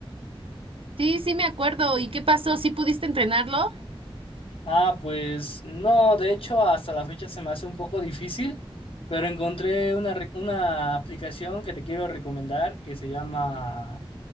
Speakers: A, on the right; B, on the left.
A: Sí, sí me acuerdo. ¿Y qué pasó? ¿Sí pudiste entrenarlo?
B: Ah, pues no, de hecho hasta la fecha se me hace un poco difícil, pero encontré una, re- una aplicación que te quiero recomendar que se llama